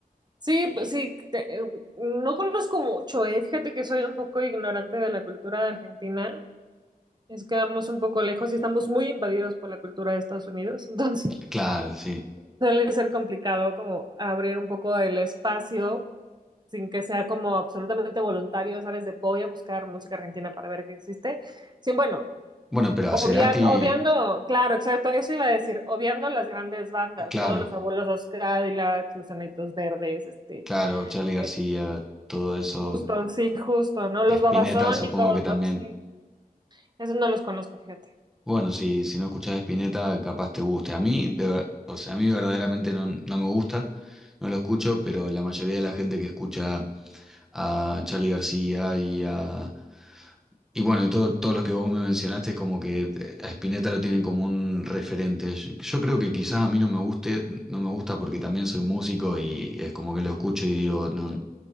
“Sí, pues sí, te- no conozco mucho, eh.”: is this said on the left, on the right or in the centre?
Right